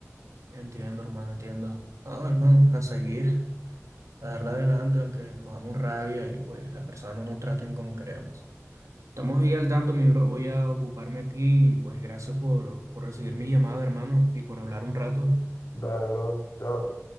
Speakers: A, on the right; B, on the left.
A: Entiendo, hermano, entiendo. No, hermano, a seguir, a darle adelante, aunque cojamos rabia y pues las personas no nos traten como queremos. Estamos ahí al tanto, mi bro. Voy a ocuparme aquí y pues gracias por, por recibir mi llamada, hermano, y por hablar un rato.
B: Dale, bro, chao.